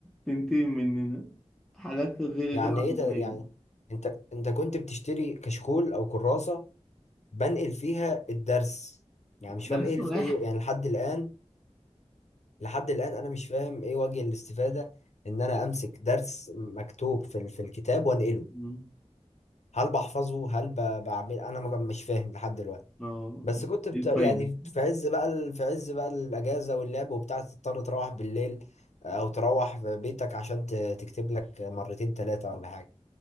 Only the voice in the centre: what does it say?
تنتقم مننا حاجات غير
غير عقلانية
درس
واحد
مم.
اه
ايه الفايدة